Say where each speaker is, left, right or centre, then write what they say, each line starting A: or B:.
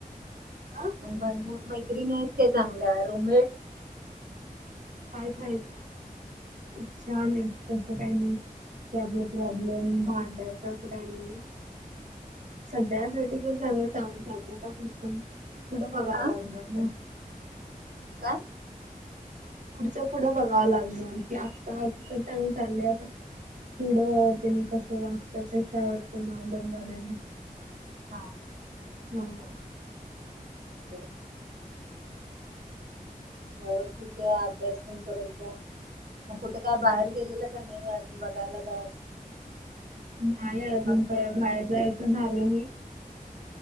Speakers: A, on the right; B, on the right.
A: अ ह <unintelligible>
B: आणि मग मैंत्रीण आहेत त्या चांगल्या रूममेट
A: हायत हायत, छान आहेत तस काही नाही. कि आपलं प्रॉब्लेम भांडायच अस काय नई सध्या साठीतर चांगलं <unintelligible> म चाललं आता पुढचं पुढं बघावं
B: अ
A: लागेल.
B: काय?
A: पुढच्या पुढं बघावं लागणार कि आत्ता अ तर चांगल चालय आता <unintelligible> पुढं त्यांनी कसं वागताय त्याच्यावर पण अवलंबन आहे.
B: हां.
A: हा.
B: बर. व्यवस्थित त अभ्यास पन करून घ्या. मग कुठे बाहेर गेलेला? नाही आजून बदलडा <unintelligible>
A: नाही अजून
B: हॉस्टेल
A: काय बाहेर जायचं झाल नाही.